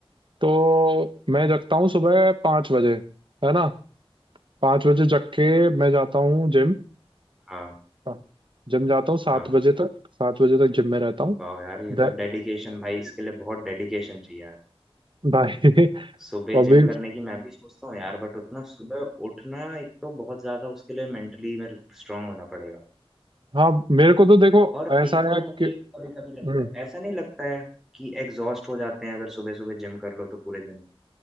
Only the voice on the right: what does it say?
तो मैं जगता हूँ सुबह पाँच बजे है ना पाँच बजे जग के मैं जाता हूँ जिम
हाँ, जिम जाता हूँ सात
बजे तक सात बजे तक जिम में रहता हूँ
दे-
भाई
<laughs> अभी
हाँ मेरे को तो देखो
ऐसा
है
कि
हम्म,